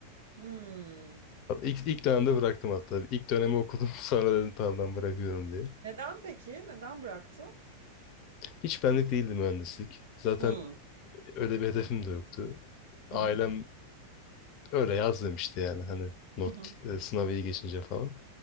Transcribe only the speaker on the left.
Hatta İlk, ilk dönemde bıraktım hatta. İlk dönemi okudum <laughs> sonra dedim tamam ben bırakıyorum diye.
Hiç benlik değildi mühendislik. Zaten
Öyle bir hedefim de yoktu. Ailem
öyle yaz demişti yani hani not
e, sınavı iyi geçince falan.